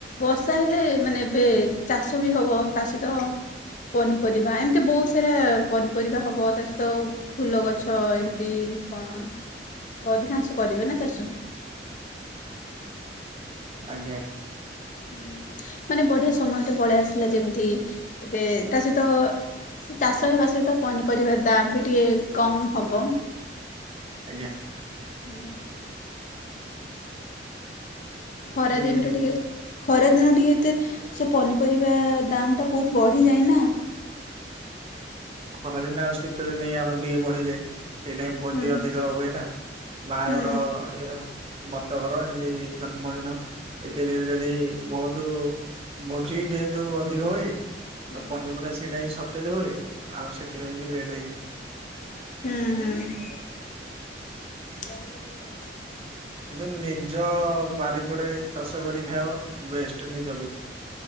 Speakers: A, on the left (about 45°); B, on the right (about 35°).
A: ବର୍ଷା ହେଲେ ମାନେ ଏବେ ଚାଷ ବି ହବ ଚାଷୀ ତ ପନିପରିବା, ଏମିତି ବହୁତ ସାରା ପନିପରିବା ହବ ତା ସହିତ ଫୁଲ ଗଛ ଏମିତି କଣ ଅଧିକାଂଶ କରିବେ ନା ଚାଷ।
B: ଆଜ୍ଞା
A: ହୁଁ ମାନେ ବଢିଆ ସମୟରେ ପଳେଇ ଆସିଲା ଯେମିତି ଏବେ ତା ସହିତ ସେ ଚାଷ ହେବା ସହିତ ପନିପରିବା ଦାମ ବି ଟିକେ କମ ହବ।
B: ଆଜ୍ଞା।
A: ହୁଁ। ଖରା
B: ନାଇଁ
A: ଦିନରେ ଟିକେ ଖରା ଦିନ ଟିକେ ଏତେ ସେ ପନିପରିବା ଦାମ୍ ଟା ବହୁତ ବଢ଼ିଯାଏନା।
B: ଖରାଦିନେ ଆଉ ଶୀତ ଦିନେ ଆମର ଟିକେ ବଢିଯାଏ। ସେଇଟା ଭୋଜି
A: ହୁଁ
B: ଅଧିକ ହୁଏ ନା ବାହାଘର
A: ହୁଁ
B: ଇଏ ବ୍ରତଘର ଏମିତି ଜନ୍ମଦିନ ଏତେଦି ବହୁତ ଭୋଜି ଯେହେତୁ ଅଧିକ ହୁଏ
A: ହୁଁ
B: ତ ପନିପରିବା ସେଇଟା ହିଁ ସର୍ଟେଜ ହୁଏ। ଆଉ ସେଥିପାଇଁ ବି ରେଟ ହେଇଯାଏ।
A: ହୁଁ।
B: କିନ୍ତୁ ନିଜ ବାରିପଡେ ଚାଷ କରି ଖାଇବ ବେଷ୍ଟ ନିଜ ପାଇଁ।